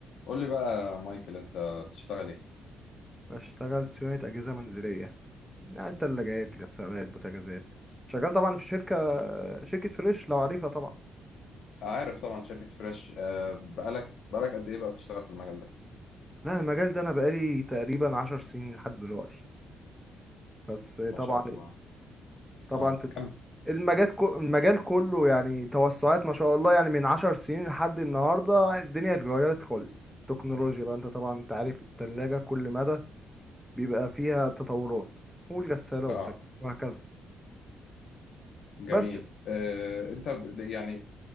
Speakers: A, on the left; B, in the centre.
A: قول لي بقى يا مايكل انت بتشتغل ايه
B: بشتغل صيانة أجهزة منزلية يعني تلاجات غسالات بوتاجازات شغال طبعا في شركة شركة فريش لو عارفها طبعا
A: عارف طبعا شركة فريش آه، بقالك بقالك قد ايه بقى بتشتغل في المجال ده
B: لا المجال ده أنا بقالي تقريبا عشر سنين لحد دلوقتي بس
A: ما
B: طبعا
A: شاء الله
B: طبعا
A: اه
B: في
A: كمل
B: المجال كو المجال كله يعني توسعات ما شاء الله يعني من عشر سنين لحد النهاردة الدنيا اتغيرت خالص التكنولوجيا بقى انت طبعا انت عارف التلاجة كل مدى بيبقى فيها تطورات والغسالة
A: اه
B: وبتاع وهكذا
A: جميل
B: بس
A: آه، انت ب- يعني